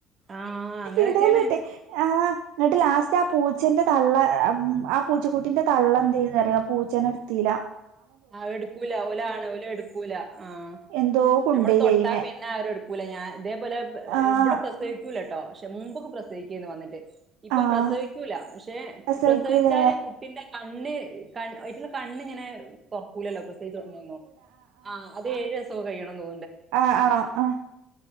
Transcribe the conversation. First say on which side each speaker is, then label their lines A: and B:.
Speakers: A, on the right; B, on the right.
A: ആഹ് അങ്ങനൊക്കെയാണ്
B: ഇടല്ട്ട് ആഹ് ന്നട്ട് ലാസ് റ്റ പൂച്ചന്റെ തള്ള ആ പൂച്ച കുട്ടിന്റെ തള്ളന്തേയ്തറിയോ പൂച്ചനെ ഇട്തീല
A: ആഹ്എടുക്കൂല ഓലാണ് ഓലെടുക്കൂല. ആഹ്
B: എന്തോ കൊണ്ടോയി
A: നമ്മള് തൊട്ടാ
B: അയിനെ
A: പിന്നെ അവരെടുക്കൂല. ഞാൻ ഇതേപൊലെ ബെ
B: ആഹ്
A: ബടെ പ്രസവിക്കൂല ട്ടോ ക്ഷെ മുമ്പൊക്കെ പ്രസവിക്കേനു വന്ന്ട്ട്. ഇപ്പം
B: ആഹ്
A: പ്രസവിക്കൂല. ക്ഷെ
B: പ്രസവിക്കൂലേ
A: പ്രസവിച്ചാര് കുട്ടിന്റെ കണ്ണ് കൺ അയ്റ്റെളെ കണ്ണ്ങ്ങനെ തൊർകൂലല്ലൊ പ്രസവിച്ചൊട്ങ്ങുമ്പം. ആഹ് അത് ഏഴ് സോ കഴിയണം തോ
B: ആഹ് ആണോ ആഹ്